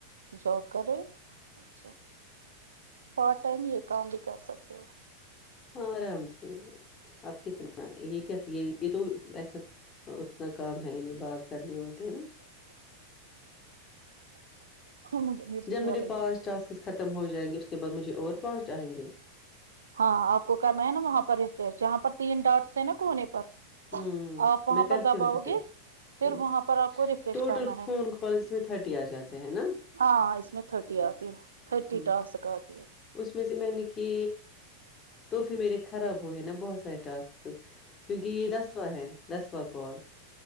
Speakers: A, on the right (about 70°); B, on the left (about 25°).
A: جاب کر رہے ہو، اچھا پارٹ ٹائم یہ کام بھی کر سکتے ہو
B: ہاں آرام سے آپ کتنا یہ کیا یہ یہ تو ایسا اتنا کام ہے نہیں بات کرنی ہو بھی
A: مجھے مرچیاں
B: جب میرے
A: لگی
B: پاس ٹاسک ختم ہو جائے جائیں گے اس کے بعد مجھے اور پہنچ جائیں گے
A: ہاں آپ کو کرنا ہے نا وہاں پر ر جہاں پر تین ڈاٹس ہیں نا کونے پر
B: ہ
A: آپ وہاں
B: میں کرتی
A: پر دباؤ
B: ہوں ریفریش
A: گے پھر
B: ہ
A: وہاں پر آپ کو ریفریش
B: وٹل
A: کرنا ہے
B: فون کالج میں تھرٹی آ جاتے ہیں نا
A: ہاں اس میں تھرٹی آتی ہے تھرٹی
B: ٹھیک
A: ٹاسک آتی
B: اس میں سے میں نے کی تو پھر میرے خراب ہو گئے نا بہت سارے ٹاسک کیونکہ یہ دسواں ہیں دس و کال